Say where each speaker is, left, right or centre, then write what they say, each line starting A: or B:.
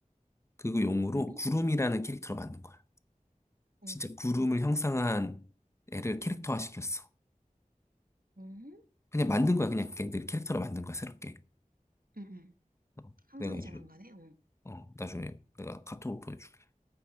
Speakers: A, on the left; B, on the right.
A: 그거 용으로
B: 의미?
A: 구름이라는 캐릭터로 만든 거야.
B: 응,
A: 진짜 구름을 형상한 애를 캐릭터화 시켰어.
B: 응?
A: 그냥 만든 거야. 그냥 걔들 캐릭터를 만든 거야, 새롭게.
B: 응, 응.
A: 어,
B: 상상이
A: 그래가지고,
B: 잘 안 가네. 응.
A: 어, 나중에 내가 카톡으로 보내줄게.